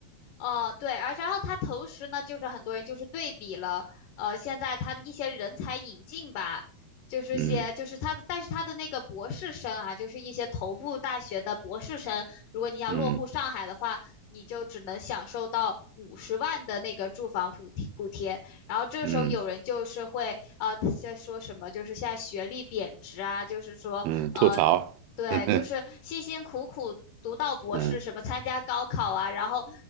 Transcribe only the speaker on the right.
嗯
嗯
嗯
嗯，吐槽，
<laughs>
嗯